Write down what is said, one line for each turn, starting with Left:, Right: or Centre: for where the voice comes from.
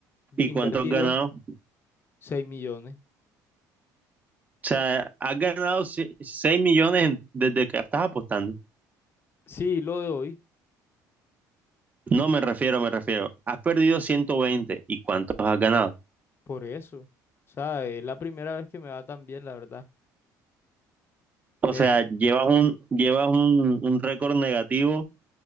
Right: ¿Y
Left: invertido
Right: cuánto has ganado? O
Left: 6 millones.
Right: sea, has ganado 6 millones en- desde que estás apostando.
Left: Sí, lo de hoy,
Right: No me refiero, me refiero. Has perdido ciento veinte ¿Y cuántos has ganado?
Left: por eso. O sea, es la primera vez que me va tan bien, la verdad.
Right: O
Left: Me,
Right: sea, llevas un, llevas un, un récord negativo